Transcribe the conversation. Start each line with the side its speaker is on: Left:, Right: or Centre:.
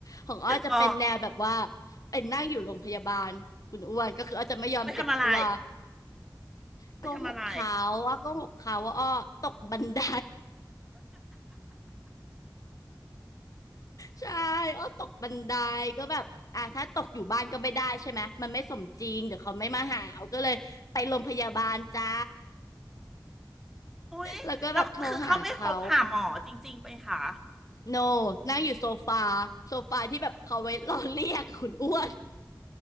Left: ของอ้อจะเป็นแนวแบบว่า
Centre: อ๋อ
Left: เป็นนั่งอยู่โรงพยาบาลคุณอ้วนก็คืออ้อจะไม่ยอมเจ็บตัว
Centre: ไปทำอะไร
Left: โกหกเขาอ้อโกหกเขาว่าอ้อตกบันได
Centre: ไปทำอะไร
Left: ใช่อ้อตกบันไดก็แบบอ่ะถ้าตกอยู่บ้านก็ไม่ได้ใช่ไหมมันไม่สมจริงเดี๋ยวเขาไม่มาหาเอาก็เลยไปโรงพยาบาลจ้า
Centre: โอ้ <laughs> ยเราคือเขาไปพบผ่าหมอจริงๆไปค่ะ
Left: แล้วก็แบบโทรหาเขาโนนั่งอยู่โซฟาโซฟาที่แบบเขาไว้ <laughs> รอเรียกคุณอ้วน